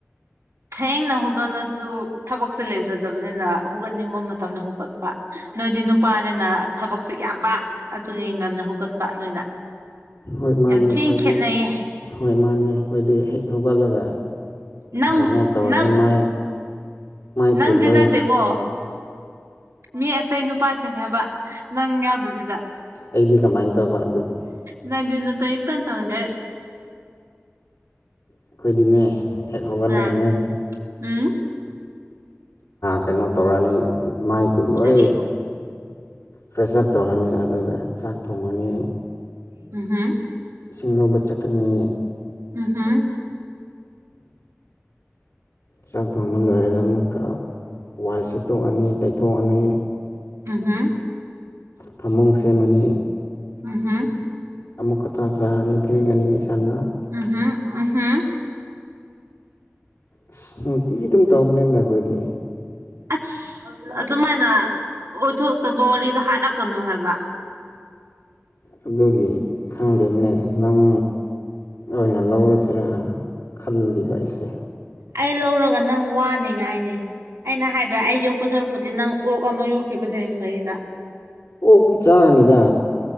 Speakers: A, on the right; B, on the left.
A: ꯊꯦꯡꯅ ꯍꯧꯒꯠꯂꯁꯨ ꯊꯕꯛꯁꯦ ꯂꯩꯖꯗꯕꯅꯤꯅ ꯍꯧꯒꯠꯅꯤꯡꯕ ꯃꯇꯝꯗ ꯍꯧꯒꯠ ꯅꯣꯏꯗꯤ ꯅꯨꯄꯥꯅꯤꯅ ꯊꯕꯛꯁꯦ ꯌꯥꯝꯕ ꯑꯗꯨꯒꯤ ꯉꯟꯅ ꯍꯧꯒꯠꯄ ꯅꯣꯏꯅ
B: ꯍꯣꯏ ꯃꯥꯅꯦ
A: ꯌꯥꯝ
B: ꯑꯩꯈꯣꯏꯗꯤ
A: ꯊꯤꯅ ꯈꯦꯠꯅꯩꯌꯦ
B: ꯍꯣꯏ ꯃꯥꯅꯦ ꯑꯩꯈꯣꯏꯗꯤ ꯍꯦꯛ ꯍꯧꯒꯠꯂꯒ
A: ꯅꯪ
B: ꯀꯩꯅꯣ ꯇꯧꯔꯅꯤ
A: ꯅꯪ
B: ꯃꯥꯏ ꯃꯥꯏ
A: ꯅꯪꯗꯤ
B: ꯇꯤꯟꯂꯣꯏ
A: ꯅꯠꯇꯦꯀꯣ ꯃꯤ ꯑꯇꯩ ꯅꯨꯄꯥꯁꯤꯡꯅꯦꯕ ꯅꯪ ꯌꯥꯎꯗꯕꯤꯗ
B: ꯑꯩꯗꯤ ꯀꯃꯥꯏꯅ ꯇꯧꯕ ꯑꯗꯨꯗꯤ
A: ꯅꯪ ꯗꯤ ꯅꯇꯟ ꯏꯠꯇꯟ ꯇꯟꯒꯩ
B: ꯑꯩꯈꯣꯏꯗꯤꯅꯦ ꯍꯦꯛ ꯍꯧꯒꯠꯂꯒꯅꯦ
A: ꯑ ꯎꯝ
B: ꯀꯩꯅꯣ ꯇꯧꯔꯅꯤ ꯃꯥꯏꯇꯤꯟ ꯂꯣꯏ
A: ꯀꯔꯤ
B: ꯐ꯭ꯔꯦꯁ ꯎꯞ ꯇꯧꯔꯅꯤ ꯑꯗꯨꯒ ꯆꯥꯛ ꯊꯣꯡꯉꯅꯤ
A: ꯎꯝ ꯍꯝ
B: ꯁꯤꯁꯤꯡꯅꯣꯕ ꯆꯆꯥꯀꯅꯤ
A: ꯎꯝ ꯎꯝ
B: ꯆꯥꯛ ꯊꯣꯡꯕ ꯂꯣꯏꯔꯒ ꯑꯃꯨꯛꯀ ꯋꯥꯏ ꯁꯤꯦꯠꯇꯣꯛꯑꯅꯤ ꯇꯩꯊꯣꯛꯑꯅꯤ
A: ꯑ ꯍꯥ
B: ꯐꯃꯨꯡ ꯁꯦꯝꯃꯅꯤ
A: ꯎꯝꯍꯨꯝ
B: ꯑꯃꯨꯛꯀ ꯆꯥꯛ ꯆꯥꯔꯅꯤ ꯐꯦꯡꯉꯅꯤ ꯏꯁꯥꯗ
A: ꯎꯝꯝ ꯎꯝꯝ
B: ꯑꯁ ꯅꯨꯡꯇꯤꯒꯤ ꯑꯗꯨꯝ ꯇꯧꯕꯅꯦꯗ ꯑꯩꯈꯣꯏꯗꯤ
A: ꯑꯁ ꯑꯗꯨꯃꯥꯏꯅ ꯑꯣꯏꯊꯣꯛꯇꯕ ꯋꯥꯔꯤꯗꯣ ꯍꯥꯔꯛꯀꯅꯨ ꯍꯥꯏꯕ
B: ꯑꯗꯨꯒꯤ ꯈꯪꯗꯦꯅꯦ ꯅꯪ ꯑꯣꯏꯅ ꯂꯧꯔꯁꯤꯔ ꯈꯜꯂꯤꯕ ꯑꯩꯁꯦ
A: ꯑꯩ ꯂꯧꯔꯒ ꯅꯪ ꯋꯥꯅꯤꯡꯉꯥꯏꯅꯤ ꯑꯩꯅ ꯍꯥꯏꯕ꯭ꯔꯥ ꯑꯩ ꯌꯣꯛꯄ ꯁꯔꯛꯄꯨꯗꯤ ꯅꯪ ꯑꯣꯛ ꯑꯃ ꯌꯣꯛꯈꯤꯕꯅꯦ ꯌꯥꯝ ꯐꯩꯅ
B: ꯑꯣꯛꯇꯤ ꯆꯥꯉꯅꯤꯗ